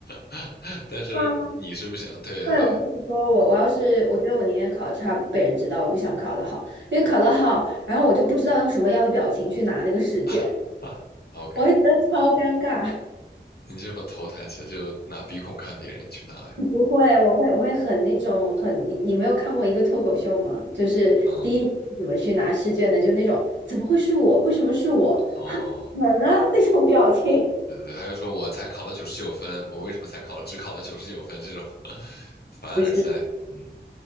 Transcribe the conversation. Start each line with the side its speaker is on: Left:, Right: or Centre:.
Left: <laughs> 但是你是不想，
Right: 啊，
Left: 对对对
Right: 对，我跟你说，我我要是我觉得我宁愿考得差被人知道，我不想考得好，因为考得好，然后我就不知道用什么样的表情去拿那个试卷，
Left: <laughs> 哈，，OK，
Right: 我会觉得超尴尬。
Left: 你就把头抬起来，就拿鼻孔看别人去拿呀，
Right: 不会，我会我会很那种很你你没有看过一个脱口秀吗？就是第一名是怎么去拿试卷的，
Left: 嗯，
Right: 就那种怎么会是我？为什么是我？
Left: 哦。
Right: 门啊 <laughs> 那种表情。<laughs>
Left: 对对对，还有说我才考了九十九分，我为什么才考了只考了九十九分这种 <laughs> 凡尔赛，
Right: 不是，
Left: 嗯，